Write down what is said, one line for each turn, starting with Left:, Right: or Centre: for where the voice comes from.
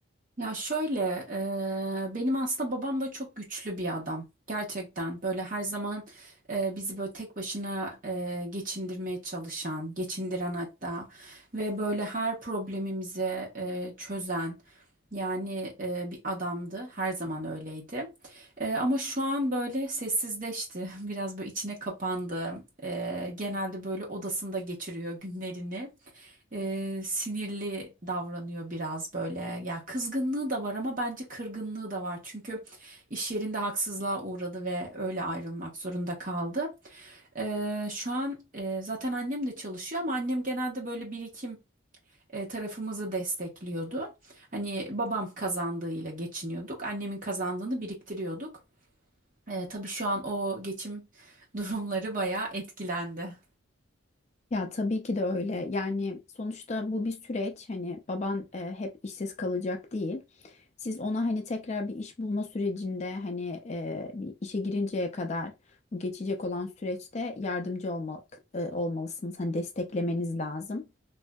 Right: Ya şöyle, e, benim aslında babam böyle çok güçlü bir adam. Gerçekten böyle her zaman e, bizi böyle tek başına e, geçindirmeye çalışan, geçindiren hatta ve böyle her problemimizi e, çözen yani e, bir adamdı. Her zaman öyleydi. E, ama şu an böyle sessizleşti, <laughs> biraz böyle içine kapandı. E, genelde böyle odasında geçiriyor günlerini e, sinirli davranıyor biraz böyle. Ya kızgınlığı da var ama bence kırgınlığı da var. Çünkü iş yerinde haksızlığa uğradı ve öyle ayrılmak zorunda kaldı. E, şu an e, zaten annem de çalışıyor ama annem genelde böyle birikim e, tarafımızı destekliyordu. Hani babam kazandığıyla geçiniyorduk. Annemin kazandığını biriktiriyorduk. E, tabii şu an o geçim <laughs> durumları bayağı etkilendi.
Left: Ya tabii ki de öyle. Yani sonuçta bu bir süreç. Hani baban e, hep işsiz kalacak değil. Siz ona hani tekrar bir iş bulma sürecinde hani e, bir işe girinceye kadar bu geçecek olan süreçte yardımcı olmak e, olmalısınız. Hani desteklemeniz lazım.